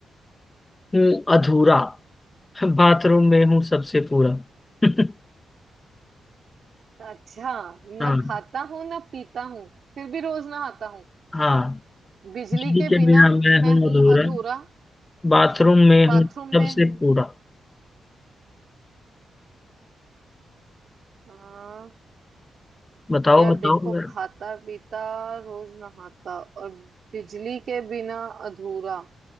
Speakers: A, on the left; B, on the right.
A: हूँ अधूरा बाथरूम में हूँ सबसे पूरा <laughs>
B: अच्छा ना
A: हाँ
B: खाता हूँ ना पीता हूँ फिर भी रोज नहाता हूँ
A: हाँ
B: बिजली
A: बिजली
B: के
A: के
B: बिना
A: बिना मैं हूँ
B: मैं हूँ
A: अधूरा
B: अधूरा
A: बाथरूम में
B: बाथरूम
A: हूँ सबसे
B: में हूँ
A: पूरा
B: हाँ
A: बताओ
B: यार
A: बताओ
B: देखो
A: जरा।
B: खाता पीता रोज नहाता और बिजली के बिना अधूरा